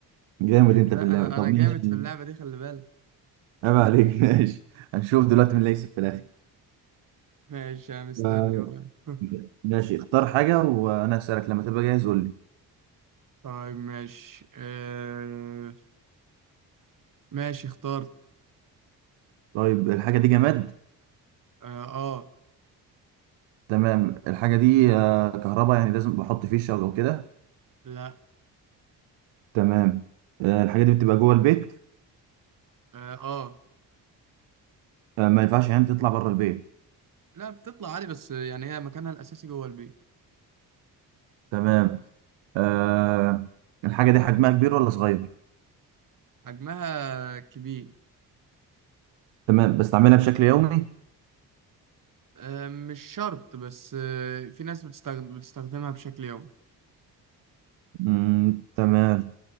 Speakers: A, on the right; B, on the right.
A: جامد انت
B: لا
A: في اللعبة
B: انا
A: طب
B: انا
A: ماشي
B: جامد في اللعبة دي خلي بالك
A: عيب عليك <laughs> ماشي هنشوف دلوقتي مين اللي هيكسب في الاخر
B: ماشي أنا مستني
A: آه،
B: اهو <laughs>
A: ماشي اختار حاجة وانا هسألك لما تبقى جاهز قول لي
B: طيب ماشي آه... ماشي اخترت
A: طيب الحاجة دي جماد
B: اه آه،
A: تمام الحاجة دي آه، كهرباء يعني لازم بحط فيشة او كده
B: لا
A: تمام آه، الحاجة دي بتبقى جوه البيت
B: اه آه.
A: آه، ما ينفعش يعني تطلع بره البيت
B: لا بتطلع عادي بس يعني هي مكانها الاساسي جوه البيت
A: تمام آه، الحاجة دي حجمها كبير ولا صغير
B: حجمها كبير
A: تمام بستعملها بشكل يومي
B: آه، مش شرط بس آه، في ناس بتستخدم بتستخدمها بشكل يومي
A: مم. تمام